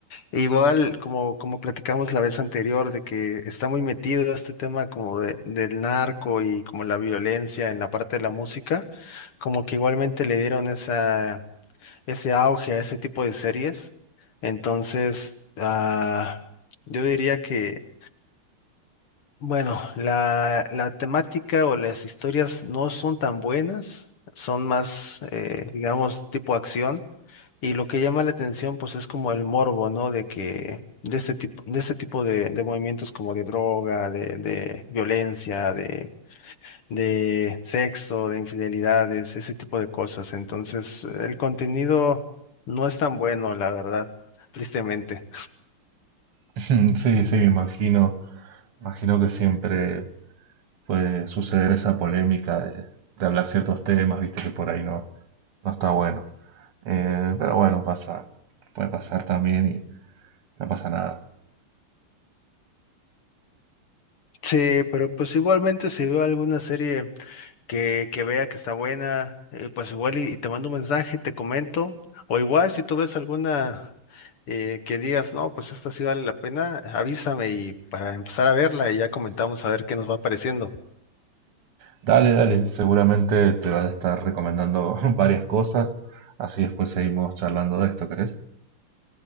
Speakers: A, on the left; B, on the right.
A: igual como, como platicamos la vez anterior, de que está muy metido este tema como de- del narco y como la violencia en la parte de la música, como que igualmente le dieron esa, ese auge a ese tipo de series. Entonces, ah, yo diría que bueno, la, la temática o las historias no son tan buenas, son más, eh, digamos, tipo acción. Y lo que llama la atención, pues, es como el morbo, ¿no? De que, de este tipo, de este tipo de, de movimientos como de droga, de, de violencia, de, de sexo, de infidelidades, ese tipo de cosas. Entonces, el contenido no es tan bueno, la verdad, tristemente.
B: <laughs> Sí, sí, me imagino, imagino que siempre puede suceder esa polémica de, de hablar ciertos temas, viste que por ahí no, no está bueno. Eh, pero bueno, pasa, puede pasar también y no pasa nada.
A: Sí, pero pues igualmente si veo alguna serie que, que vea que está buena, eh, pues igual y, y te mando un mensaje, te comento, o igual si tú ves alguna eh, que digas, no, pues esta sí vale la pena, avísame y para empezar a verla y ya comentamos a ver qué nos va pareciendo.
B: Dale, dale, seguramente te van a estar recomendando <laughs> varias cosas, así después seguimos charlando de esto, ¿querés?